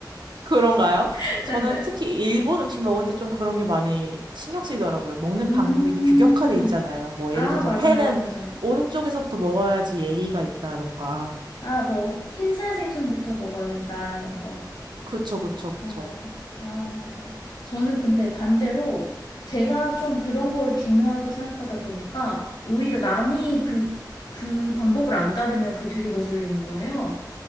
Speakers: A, on the right; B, on the left.
A: 그런가요?
B: <laughs>
A: 저는
B: 네네.
A: 특히 일본 음식 먹을 때 좀 그런 게 많이 신경 쓰이더라고요. 먹는
B: 음.
A: 방법이 규격화돼 있잖아요. 뭐
B: 아,
A: 예를 들어서
B: 맞아요.
A: 회는
B: 맞아.
A: 오른쪽에서부터 먹어야지 예의가 있다던가.
B: 아, 뭐, 흰살 생선부터 먹어야 된다, 이런 거.
A: 그쵸, 그쵸, 그쵸.
B: 네. 아, 맞아요. 저는 근데 반대로 제가 좀 그런 걸 중요하게 생각하다 보니까 오히려 남이 그, 그 방법을 안 따르면 그게 되게 거슬리는 거예요.